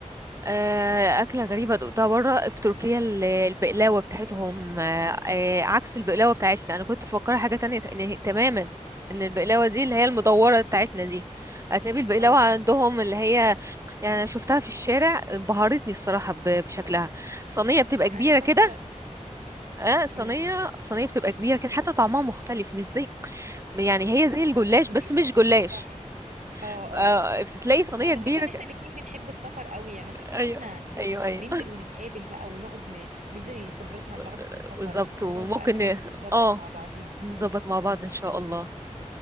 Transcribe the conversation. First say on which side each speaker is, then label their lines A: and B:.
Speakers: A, on the right; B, on the right.
A: آه، أكلة غريبة دقتها برا في تركيا ال- البقلاوة بتاعتهم آه، آه، عكس البقلاوة بتاعتنا أنا كنت مفكرة حاجة تانية ت- نه- تماما إن البقلاوة دي
B: مم.
A: اللي هي المدورة بتاعتنا دي هتقابل البقلاوة
B: اه
A: عندهم اللي هي يعني أنا شفتها في الشارع انبهرتني الصراحة ب- بشكلها صينية بتبقى
B: لا
A: كبيرة
B: انا شايفه
A: كده اه صينية
B: مم،
A: صينية بتبقى كبيرة كان حتى طعمها مختلف مش زي يعني هي زي الجلاش
B: مفيش
A: بس مش جلاش
B: صح اه
A: آه
B: اه
A: بتلاقي صينية
B: لا انا
A: كبيرة
B: شايفه ان احنا
A: ك...
B: الاتنين بنحب السفر قوي انا شايفه
A: ايوه
B: ان احنا
A: ايوه ايوه
B: ننزل ونتقابل بقى ونقعد ن- ندي خبرتنا لبعض
A: <laughs>
B: في السفر
A: بالظبط وممكن
B: ونقعد بقى كده
A: ن-
B: نظبط
A: اه
B: مع بعضين
A: نظبط مع بعض ان شاء الله